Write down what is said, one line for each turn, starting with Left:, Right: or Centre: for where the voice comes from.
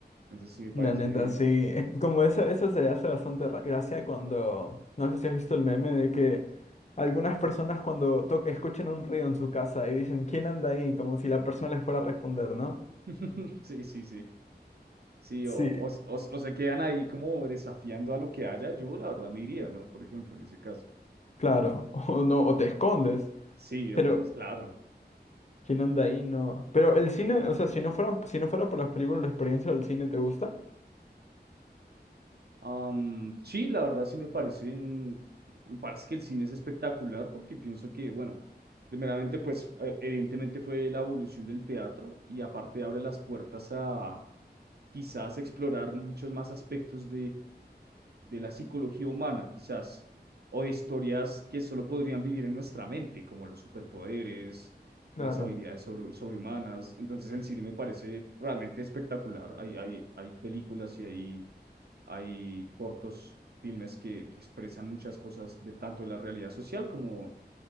Right: Entonces sí me parece,
Left: La neta, sí. <laughs> Como eso, eso se hace bastante ra- gracia cuando. No sé si has visto el meme de que algunas personas cuando to- escuchan un ruido en su casa y dicen, ¿quién anda ahí? Como si la persona les fuera a responder, ¿no?
Right: <laughs> sí, sí, sí, sí,
Left: Sí.
Right: o, o, s- o, s- o se quedan ahí como desafiando a lo que haya, yo la verdad me iría, ¿no? Por ejemplo, en ese caso.
Left: Claro. <laughs> O no, o te escondes.
Right: Sí,
Left: Pero,
Right: o claro.
Left: ¿quién anda ahí? No. Pero el cine, o sea, si no fueran, si no fuera por las películas, ¿la experiencia del cine te gusta?
Right: Am, sí, la verdad sí me parece, un- me parece que el cine es espectacular porque pienso que, bueno, primeramente pues e- evidentemente fue la evolución del teatro y aparte abre las puertas a quizás explorar muchos más aspectos de la psicología humana, quizás, o de historias que solo podrían vivir en nuestra mente, como los superpoderes,
Left: Claro.
Right: las habilidades sobre- sobrehumanas. Entonces el cine me parece realmente espectacular. Hay, hay, hay películas y hay, hay cortos filmes que, que expresan muchas cosas de tanto de la realidad social como